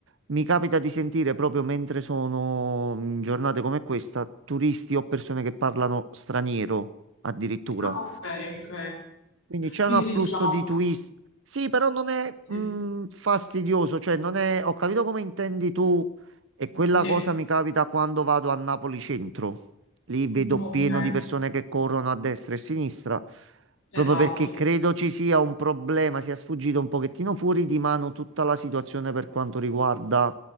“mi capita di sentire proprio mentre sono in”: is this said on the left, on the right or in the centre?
Right